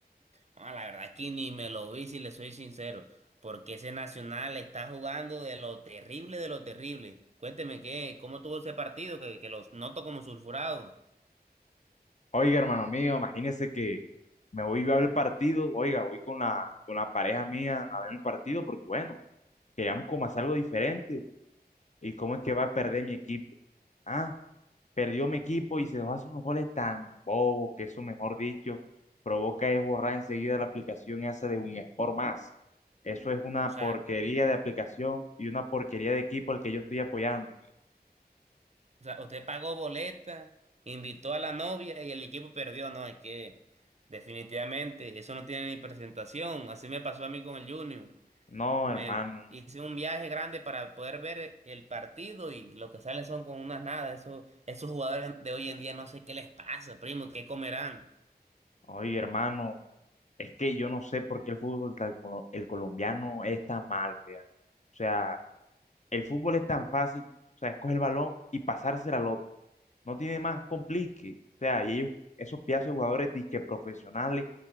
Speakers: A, on the right; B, on the left.
A: Ah, la verdad es que ni me lo vi, si le soy sincero, porque ese Nacional está jugando de lo terrible, de lo terrible. Cuénteme qué, cómo tuvo ese partido que, que los noto como sulfurado.
B: Oiga, hermano mío, imagínese que me voy yo a ver el partido, oiga, voy con la, con la pareja mía a ver el partido, porque bueno, queríamos como hacer algo diferente. ¿Y cómo es que va a perder mi equipo? Ah, Perdió mi equipo y se dejó hacer unos goles tan bobos que eso, mejor dicho, provoca es borrar enseguida la aplicación esa de Winsport más. Eso es una
A: O sea,
B: porquería de aplicación y una porquería de equipo al que yo estoy apoyando. tío.
A: o sea, usted pagó boleta, invitó a la novia y el equipo perdió. No, es que definitivamente eso no tiene ni presentación. Así me pasó a mí con el Junior.
B: No,
A: Me
B: hermano.
A: hice un viaje grande para poder ver el partido y lo que salen son con unas nada. Eso, esos jugadores de hoy en día no sé qué les pasa, primo, qué comerán.
B: Oye, hermano, es que yo no sé por qué el fútbol, tal colo- el colombiano es tan malo, ya. O sea, el fútbol es tan fácil, o sea, escoge el balón y pasársela al otro. No tiene más complique. O sea, y ellos, esos pedazos de jugadores disque profesionales,